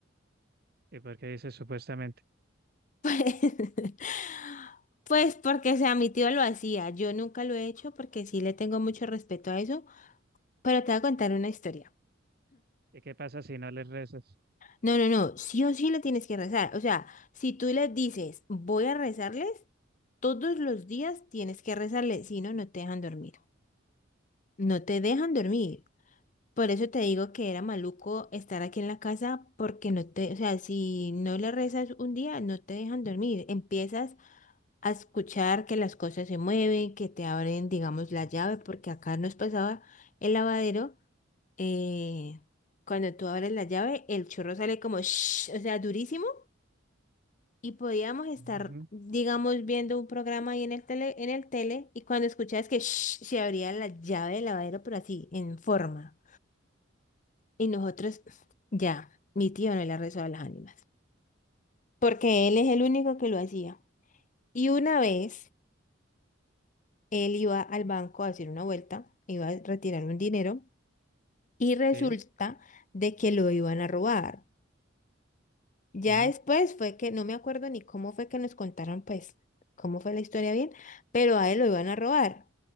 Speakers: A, on the right (about 50°); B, on the left (about 40°).
A: ¿Y por qué dices supuestamente?
B: Pues, <laughs> pues porque, o sea, mi tío lo hacía. Yo nunca lo he hecho porque sí le tengo mucho respeto a eso, pero te voy a contar una historia.
A: ¿Y qué pasa si no les rezas?
B: No, no, no, sí o sí le tienes que rezar. O sea, si tú les dices, voy a rezarles, todos los días tienes que rezarles, si no, no te dejan dormir. No te dejan dormir. Por eso te digo que era maluco estar aquí en la casa porque no te, o sea, si no le rezas un día, no te dejan dormir. Empiezas a escuchar que las cosas se mueven, que te abren, digamos, la llave, porque acá nos pasaba el lavadero, eh, cuando tú abres la llave, el chorro sale como, shhh, o sea, durísimo, y podíamos estar,
A: Ujú,
B: digamos, viendo un programa ahí en el tele, en el tele, y cuando escuchabas que shhh, se abría la llave del lavadero, pero así, en forma, y nosotros, ya, mi tío no le rezó a las ánimas, porque él es el único que lo hacía. Y una vez... Él iba al banco a hacer una vuelta, iba a retirar un dinero y resulta
A: Sí,
B: de que lo iban a robar. Ya
A: ajá,
B: después fue que, no me acuerdo ni cómo fue que nos contaron, pues, cómo fue la historia bien, pero a él lo iban a robar.